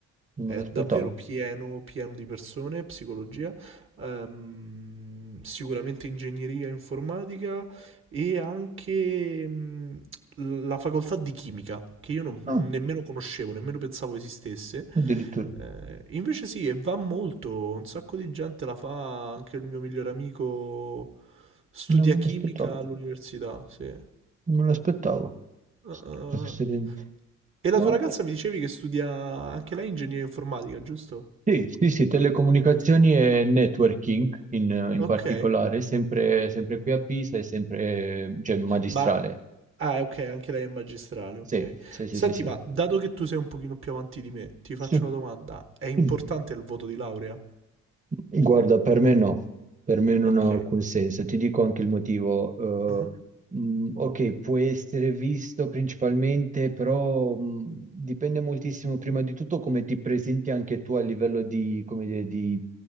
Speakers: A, on the right (about 25°); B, on the right (about 40°).
A: non
B: è
A: me l'aspettavo.
B: davvero pieno, pieno di persone, psicologia, ehm, sicuramente ingegneria informatica e anche mm, la facoltà di chimica, che io non-
A: Ah,
B: nemmeno conoscevo, nemmeno pensavo esistesse.
A: addirittura.
B: Eh, invece sì, e va molto, un sacco di gente la fa, anche il mio migliore amico studia
A: Non me
B: chimica
A: l'aspettavo.
B: all'università, sì.
A: Non me l'aspettavo.
B: Ah, ah.
A: Tutta questa
B: ah.
A: gente-
B: E la
A: Ma-
B: tua ragazza mi dicevi che studia anche lei ingegneria informatica, giusto?
A: Sì, sì, sì, telecomunicazioni e networking in, in
B: Ok,
A: particolare, sempre, sempre qui a Pisa e sempre, cioè, magistrale.
B: ma... Ah, ok, anche lei è magistrale, ok.
A: Sì, sì, sì,
B: Senti,
A: sì, sì.
B: ma dato che tu sei un pochino più avanti di me, ti faccio
A: Sì.
B: una domanda. È importante
A: Mm.
B: il voto di laurea?
A: Guarda, per me no, per me non
B: Ok.
A: ha alcun senso. Ti dico anche il motivo.
B: Mhm.
A: Eh, mh, ok, può essere visto principalmente, però mh, dipende moltissimo prima di tutto come ti presenti anche tu a livello di, come dire, di,